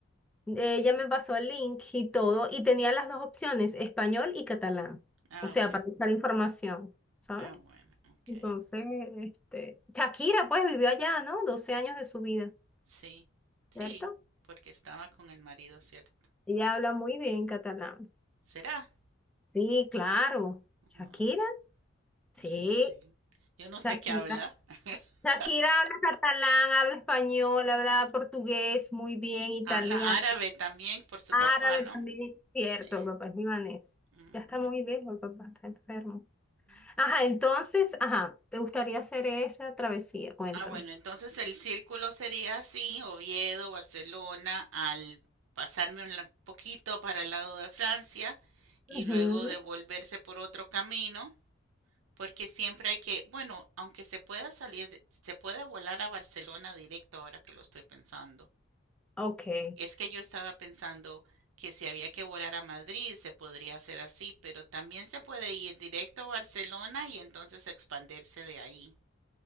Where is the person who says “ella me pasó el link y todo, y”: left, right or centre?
Centre